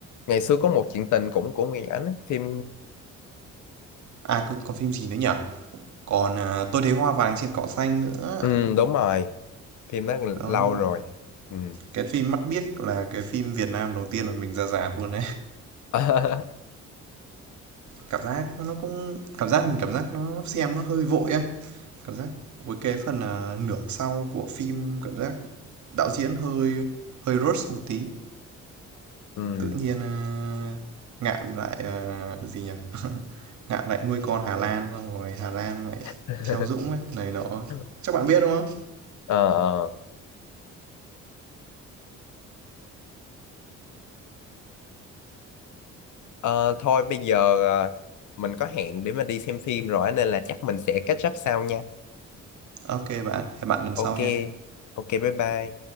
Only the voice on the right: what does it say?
À cứ còn phim gì nữa nhỉ? Còn à, Tôi thấy hoa vàng trên cỏ xanh nữa.
Đó.
Cái phim Mắt Biếc là cái phim Việt Nam đầu tiên mà mình ra già luôn đấy.
Cảm giác nó cũng cảm giác mình cảm giác nó xem nó hơi vội á. Cảm giác với cái phần à, nửa sau của phim cảm giác đạo diễn hơi hơi rush một tí
Tự nhiên, a, Ngạn lại, ờ, gì nhỉ, Ngạn lại nuôi con Hà Lan, xong rồi Hà Lan lại
theo Dũng ấy, này nọ.
Chắc bạn biết, đúng không?
ok bạn, hẹn bạn lần sau
nha.